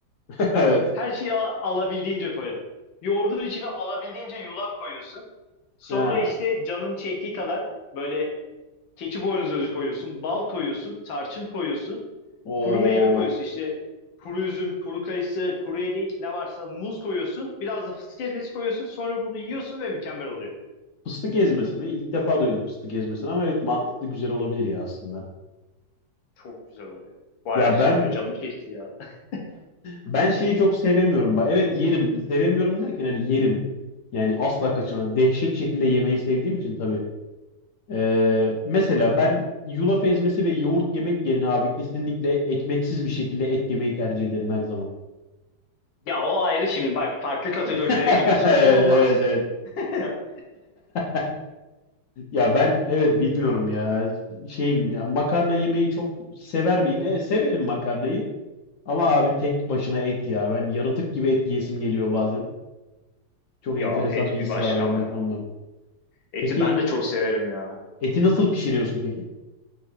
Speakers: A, on the left; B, on the left.
A: <laughs>
B: Ben
A: Evet.
B: her şeyi a- alabildiğince koyarım. Yoğurdun içine alabildiğince yulaf koyuyorsun. Sonra
A: Ha.
B: işte canın çektiği kadar böyle keçi boynuzu özü koyuyorsun, bal koyuyorsun, tarçın koyuyorsun,
A: O
B: kuru meyve koyuyorsun işte kuru üzüm, kuru kayısı, kuru erik ne varsa muz koyuyorsun. Biraz da fıstık ezmesi koyuyorsun. Sonra bunu yiyorsun ve mükemmel oluyor.
A: fıstık ezmesi mi? İlk defa duydum fıstık ezmesini ama evet mantıklı güzel olabilir ya aslında.
B: Çok güzel oluyor. Bayağı
A: Ya
B: güzel
A: ben
B: oluyor. Canım çekti ya. <laughs>
A: ben şeyi çok sevemiyorum bak. Evet yerim. Sevemiyorum derken hani yerim. Yani asla kaçınamam. Dehşet şekilde yemeyi sevdiğim için tabii. Ee, mesela ben yulaf ezmesi ve yoğurt yemek yerine abi kesinlikle ekmeksiz bir şekilde et yemeyi tercih ederim her zaman.
B: Ya o ayrı şimdi bak farklı kategorilere
A: <laughs>
B: giriyorsun.
A: Evet
B: O olmaz.
A: evet. evet.
B: <laughs>
A: <laughs> Ya ben evet bilmiyorum ya şeyim ya makarna yemeyi çok sever miyim? Evet severim makarnayı ama abi tek başına et ya ben yaratık gibi et yesim geliyor bazen. Çok
B: Ya
A: enteresan
B: et
A: bir
B: bir
A: his
B: başka
A: var bende
B: ama ya.
A: o konuda.
B: Eti
A: Peki
B: ben de çok severim ya.
A: eti nasıl pişiriyorsun peki?